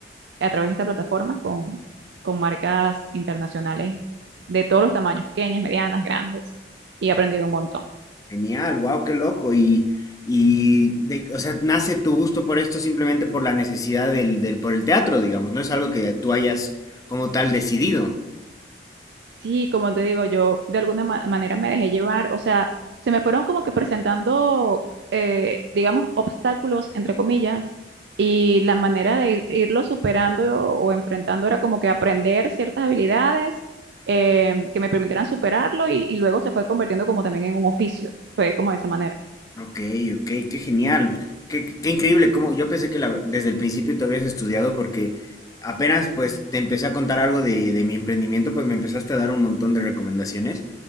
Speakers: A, on the right; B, on the left.
A: a través de esta plataforma con, con marcas internacionales de todos los tamaños, pequeñas, medianas, grandes, y he aprendido un montón.
B: Genial, wow, qué loco. Y, y de, o sea, nace tu gusto por esto simplemente por la necesidad del, del, por el teatro, digamos. No es algo que tú hayas como tal decidido.
A: Sí, como te digo, yo de alguna ma- manera me dejé llevar, o sea, se me fueron como que presentando, eh, digamos, obstáculos, entre comillas, y la manera de irlo superando o, o enfrentando era como que aprender ciertas habilidades. eh, que me permitieran superarlo y, y luego se fue convirtiendo como también en un oficio, fue como de esa manera.
B: Ok, ok, qué genial. Qué, qué- qué increíble. Como yo pensé que la- desde el principio tú habías estudiado porque apenas pues te empecé a contar algo de, de mi emprendimiento, pues me empezaste a dar un montón de recomendaciones.